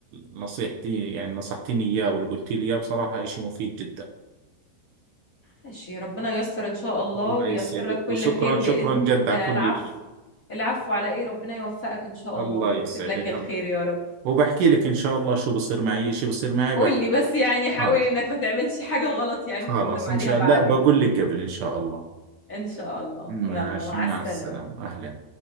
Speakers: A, on the right; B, on the left.
A: نصيحتي يعني نصحتيني اياه واللي قلتي لي اياه بصراحة اشي مفيد جدا
B: ماشي ربنا ييسر إن شاء الله
A: الله
B: وييسر
A: يسعدك
B: لك كل
A: وشكرا
B: خير بإذن
A: شكرا
B: الله
A: جد على كل
B: العفو
A: شيء
B: العفو على إيه ربنا يوفقك إن شاء
A: الله
B: الله ويكتب
A: يسعدك
B: لك الخير
A: الله
B: يا رب
A: وبحكي لك ان شاء الله شو بصير معي اشي بصير معي
B: قول
A: بحكي
B: لي بس يعني حاول
A: خلاص
B: إنك ما تعملش حاجة غلط يعني
A: خلاص
B: تندم عليها
A: ان شاء
B: بعدين
A: الله لا بقول لك قبل ان شاء الله
B: إن شاء الله
A: ماشي
B: يلا مع
A: مع
B: السلامة
A: السلامة اهلا